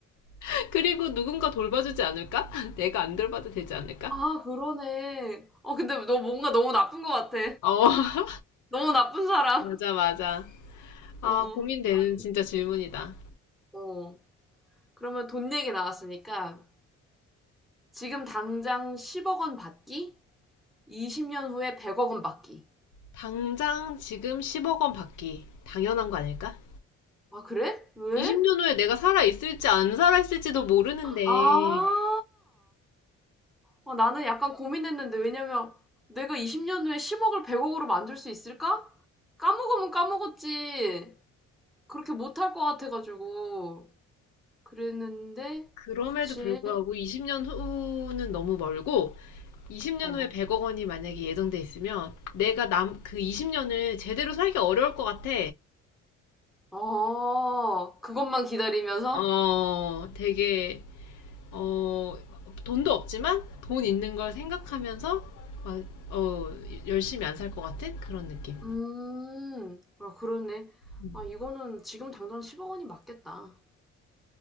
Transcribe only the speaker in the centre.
아, 그러네. 어, 근데 너 뭔가 너무 나쁜 것 같아.
너무 나쁜 사람.
어,
안,
어. 그러면 돈 얘기 나왔으니까 지금 당장 10억 원 받기? 20년 후에 100억 원 받기.
아, 그래? 왜?
아, 어, 나는 약간 고민했는데 왜냐면 내가 20년 후에 10억을 100억으로 만들 수 있을까? 까먹으면 까먹었지. 그렇게 못할 것 같아가지고. 그랬는데,
그치?
어.
아, 그것만 기다리면서?
음, 아, 그러네.
아, 이거는 지금 당장 10억 원이 맞겠다.